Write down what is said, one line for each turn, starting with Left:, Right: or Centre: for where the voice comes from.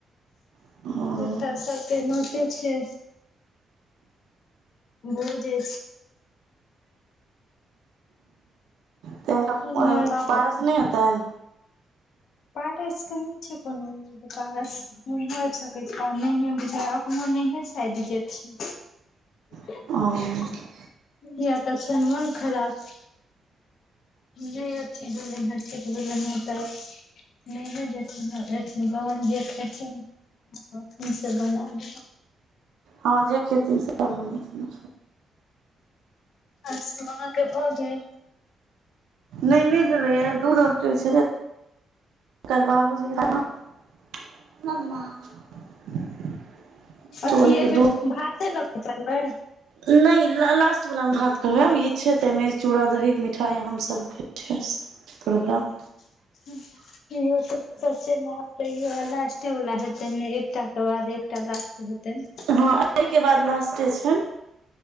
Right: छथिन
Left: एतअ सबके नकेस छै भोज अछि
Right: तहेंन कटा
Left: इम्हर आब
Right: पारस नहि हेतनि
Left: पारस के नइ छै बनेने पारस तूहो आबि सकै छै नहि बुझाय नहि अपनो सायाद न्हिये जेथिन कियै
Right: हेतनि
Left: त छैन मन खराब नहि अथि भेल ने ठीक भेल ने तऽ नहि ने जेथि अथिन कहन जेथि कती सब बनाबु
Right: हँ जे खेथिन सेह बनेथिन
Left: अच्छा अहाँ के भऽ गेल
Right: नहि नहि भेलया दूध औटै छै ने <unintelligible>
Left: अथी
Right: ओहिके
Left: एहि बेेर भाते लऽ कऽ पड़बै
Right: न लास्ट वाला मे भात करबे आब ई छैे तेमे चूड़ा दही मिठाइ हमसभ के छै प्रोग्राम
Left: <unintelligible> तैयो लास्टे वाला हेतनि एकटाे बाद एकटा लास्ट हेतनि
Right: हँ एहिके बाद लास्टे छन